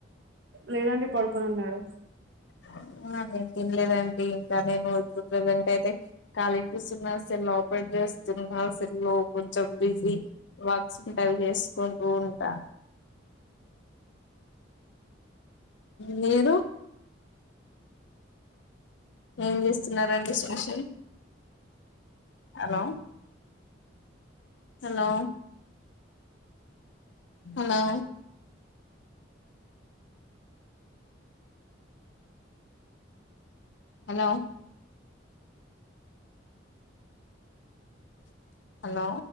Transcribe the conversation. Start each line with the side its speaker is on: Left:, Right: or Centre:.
Right: లేదండి పడుకొని ఉన్నారు
Left: అ ఆ నేం తినలేదండి ఇంకా నేను ప్రజెంట్ అయితే కాీపిస్తున్నా సే లోప చేస్తున్నా అసలు కొంచెం బిజీ వర్క్స్ ఉంటావి చేసుకుంటూ ఉంటా మీరు ఏం చేస్తున్నారంండి special hello hello hello hello hello